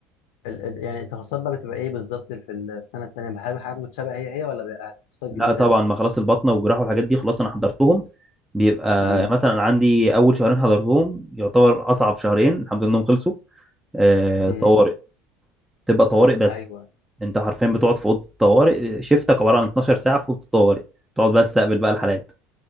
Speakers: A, on the left; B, in the centre.
A: ال... ال- يعني التخصصات بقى بتبقى إيه بالظبط في السنة التانية هل حاجات متشابهة هي هي ولا بقى تخصصات
B: لا
A: جديدة؟
B: طبعا ما خلاص البطنة والجراحة والحاجات دي خلاص أنا حضرتهم بيبقى
A: امم
B: مثلا عندي أول شهرين حضرتهم يعتبر أصعب شهرين الحمد لله إنهم خلصوا آه،
A: امم
B: طوارئ تبقى طوارئ بس
A: أيوه
B: أنت حرفيا بتقعد في أوضة الطوارئ شيفتك عبارة عن 12 ساعة في أوضة الطوارئ تقعد بقى تستقبل بقى الحالات